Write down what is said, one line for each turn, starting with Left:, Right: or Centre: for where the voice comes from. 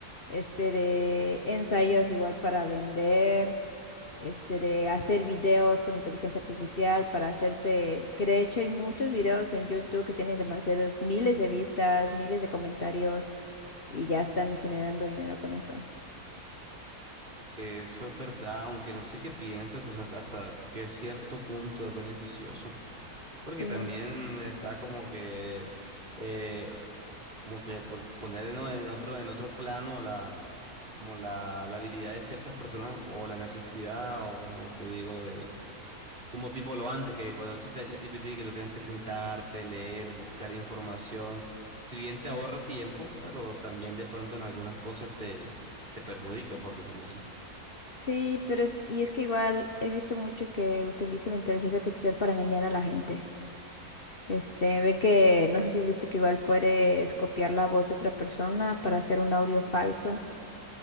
Left: este de ensayos igual para vender, este de hacer videos con inteligencia artificial para hacerse, que de hecho hay muchos videos en YouTube que tienen demasiados miles de vistas, miles de comentarios y ya están generando dinero con eso.
Right: Eso es verdad, aunque no sé qué piensas, o sea, hasta, hasta qué cierto punto es beneficioso, porque
Left: Sí,
Right: también está como que... eh, Como que po- poner en, en otro, en otro plano la, como la, la habilidad de ciertas personas o la necesidad o como te digo, de como tipo lo antes, que cuando no existía ChatGPT, que tú tienes que sentarte, leer, buscar información. Si bien te ahorra tiempo, pero también de pronto en algunas cosas te, te perjudica, por decirlo así.
Left: sí, pero es, y es que igual he visto mucho que utiliza la inteligencia artificial para engañar a la gente. Este, ve que, no sé si has visto que igual puedes copiar la voz de otra persona para hacer un audio falso